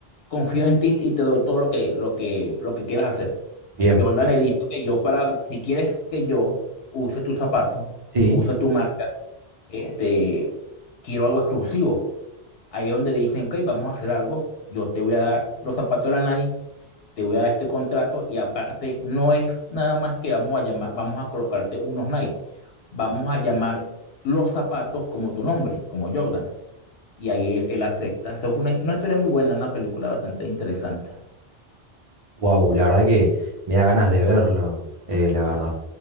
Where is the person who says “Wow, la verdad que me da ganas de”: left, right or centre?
Right